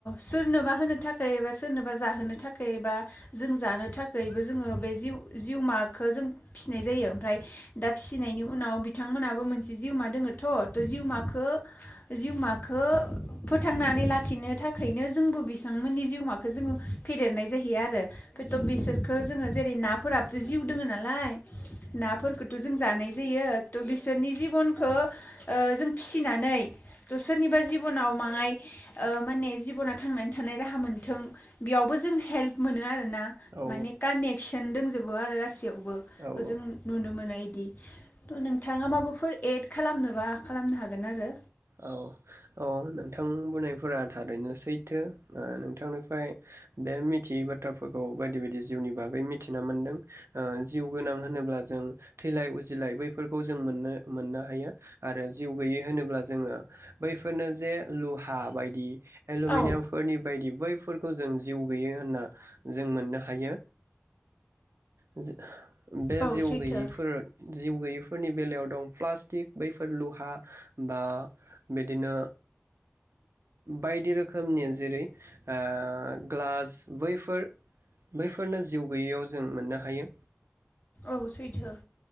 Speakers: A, on the left; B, on the right.
A: सोरनोबा होनो थाखाय बा सोरनोबा जाहोनो थाखै बा जों जानो थाखायबो जोङो बे जिउ जिउमाखो जों फिसिनाय जायो ओमफ्राय दा फिसिनायनि उनाव बिथांमोनहाबो मोनसे जिउमा दोङो। थ जिउमाखो जिउमाखो फोथांनानै लाखि खिनो थाखैनो जोंबो बिथांमोननि जिउमाखौ जोङो फेदेरनाय जाहैयो आरो बेथ' बिसोरखौ‌ जोङो जेरै नाफोराबोथ' जिउ दोङो नालाय नाफोरखो थ' जों जानाय जायो थ' बिसोरनि जिबनखौ ओ जों फिसिनानै थ' सोरनिबा जिबनाव माहाय ओ माने जिब'ना थांनानै थानाय राहा मोनथों बेयावबो जों हेल्प मोनो आरोना
B: औ
A: माने कानेक्सन दंजोबो आरो गासैयावबो
B: औ
A: जों
B: औ
A: नुनो मोनो इदि थ' नोंथाङा माबाफोर एड खालामनोबा खालामनो हागोन आरो।
B: औ औ नोंथां बुंनायफोरा थारैनो सैथो ओ नोंथांनिफ्राय बे मिथियै बाथ्राफोरखौ बायदि बायदि जिउनि बागै मिथिना मोन्दों। ओ जिउ गोनां होनोब्ला जों थैलाय उजिलाय बै बैफोरखौ जों मोननो मोननो हायो आरो जिउ गैयै होनोब्ला जोङो बैफोरनो जे लुहा बायदि एलमिनियाम
A: औ
B: फोरनि बायदि बैफोरखौ जों जिउ गैयै होनना जों मोननो हायो। बे
A: औ
B: जिउ
A: सैथो
B: गैयिफोर जिउ गैयिफोरनि बेलायाव दं प्लास्टिक बैफोर लुहा बा बिदिनो बायदि रोखोमनि जेरै ओ ग्लास बैफोर बैफोरनो जिउ गैयैयाव जों मोननो हायो।
A: औ सैथो।